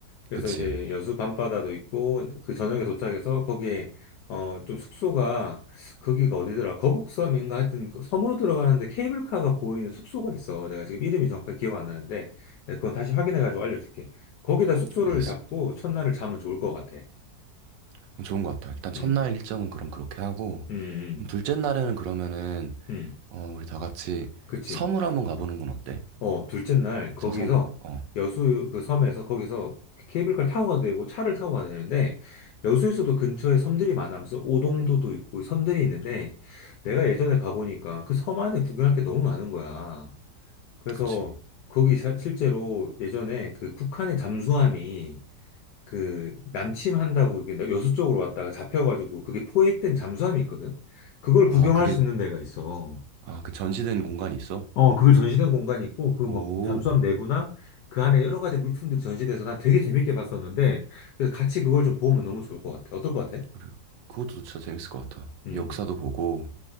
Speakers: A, on the left; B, on the right.
A: 그래서
B: 그치.
A: 이제 여수 밤바다도 있고, 그 저녁에 도착해서 거기에, 어, 좀 숙소가, 거기가 어디더라? 거북섬인가? 하여튼, 그 섬으로 들어가는데 케이블카가 보이는 숙소가 있어. 내가 지금 이름이 정확하게 기억 안 나는데, 내가 그건 다시 확인해가지고 알려줄게. 거기다 숙소를
B: 알겠어.
A: 잡고 첫날을 자면 좋을 것 같아.
B: 그럼 좋은 것 같아. 일단 첫날
A: 음,
B: 일정은 그럼 그렇게 하고
A: 음, 음,
B: 그럼 둘째 날에는 그러면은
A: 음.
B: 어, 우리 다 같이
A: 그치.
B: 섬을 한번 가보는 건 어때?
A: 어, 둘째 날 거기서
B: 저 섬. 어,
A: 여수 그 섬에서 거기서 케이블카를 타고 가도 되고 차를 타고 가도 되는데 여수에서도 근처에 섬들이 많아서 오동도도 있고 섬들이 있는데 내가 예전에 가보니까 그 섬 안에 구경할 게 너무 많은 거야. 그래서
B: 그치.
A: 거기 사- 실제로 예전에 그 북한의 잠수함이 그 남침한다고 이게 여수 쪽으로 왔다가 잡혀가지고 그게 포획된 잠수함이 있거든. 그걸 구경할
B: 아, 그게
A: 수 있는 데가 있어.
B: 아, 그 전시된 공간이 있어?
A: 어, 그걸 전시된 공간이 있고, 그 뭐,
B: 오,
A: 잠수함 내부나 그 안에 여러 가지 물품들이 전시돼서 난 되게 재밌게 봤었는데, 그래서 같이 그걸 좀 보면 너무 좋을 것 같아. 어떨 것 같아?
B: 그래. 그것도 진짜 재밌을 것 같아.
A: 음,
B: 역사도 보고